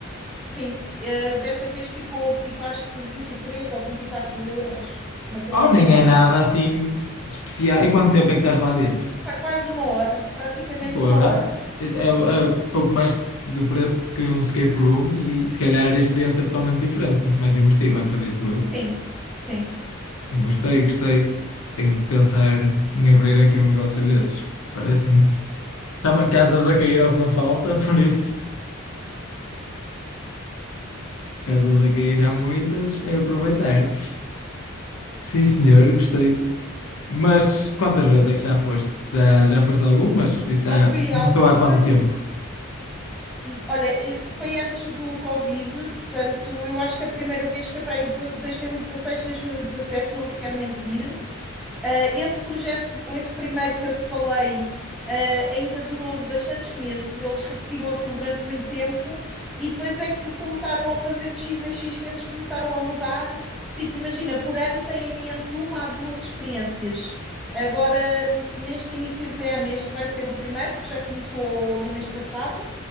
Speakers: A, in the centre; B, on the left (about 85°).
A: sim, ah, desta vez ficou tipo, acho que 23 ou 24 euros, uma coisa
B: Oh,
A: assim
B: nem
A: qualquer.
B: é nada assim de especial. E quanto tempo é que estás lá dentro?
A: Pá, quase uma hora, praticamente
B: Porra,
A: uma hora.
B: é, é pouco mais do preço que um escape room e se calhar a experiência é totalmente diferente, muito mais imersiva, acredito eu.
A: Sim, sim.
B: Bem, Gostei, gostei. Tenho de pensar em abrir aqui um negócio desses. Parece-me. Também casas a cair ao que não falta, <laughs> por isso Casas a cair há muitas, é aproveitar. Sim, senhor, gostei. Mas quantas vezes é que já foste? Já, já foste algumas? Isso
A: Já
B: já
A: fui
B: começou
A: a algumas.
B: há quanto tempo?
A: Olha, eh, foi antes do Covid, portanto, eu acho que a primeira vez foi para aí deze- 2016, 2017, não quero mentir. Uh, esse projeto, esse primeiro que eu te falei, uh, ainda durou bastantes meses. Eles repetiram aquilo durante muito tempo e depois é que começaram a fazer de X em X meses, começaram a mudar. Tipo, imagina, por ano têm entre uma a duas experiências. Agora, n- neste início de ano, este vai ser o primeiro, que já começou no mês passado,